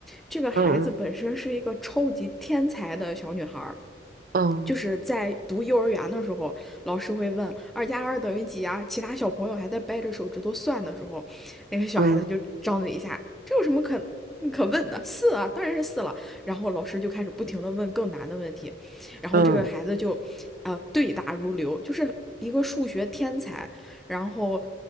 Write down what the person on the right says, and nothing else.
嗯嗯嗯
嗯嗯
嗯